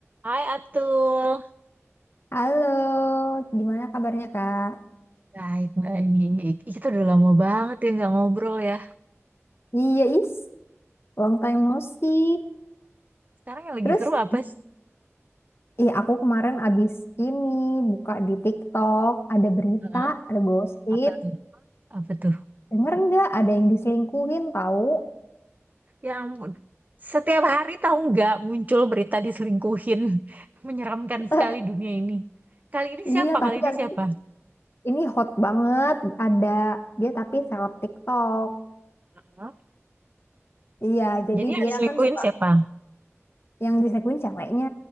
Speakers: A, on the right; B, on the left.
A: Hai Atul.
B: Halo, gimana kabarnya Kak?
A: Baik, baik. Ih, Kita udah lama banget ya nggak ngobrol ya.
B: Iya is, long time no see.
A: Sekarang yang lagi
B: Terus,
A: seru apa sih?
B: iya aku kemarin abis ini buka di TikTok, ada berita,
A: Heeh.
B: ada gosip.
A: Apa tuh? Apa tuh?
B: Denger nggak ada yang diselingkuhin tahu?
A: Yang setiap hari tahu nggak muncul berita diselingkuhin. <laughs> Menyeramkan
B: <laughs>
A: sekali dunia ini. Kali ini
B: Iya,
A: siapa?
B: tapi
A: Kali ini
B: yang
A: siapa?
B: ini hot banget. Ada dia tapi seleb TikTok.
A: Heeh.
B: Iya, jadi
A: Jadi yang
B: dia
A: diselingkuhin
B: kan suka
A: siapa?
B: yang diselingkuhin ceweknya,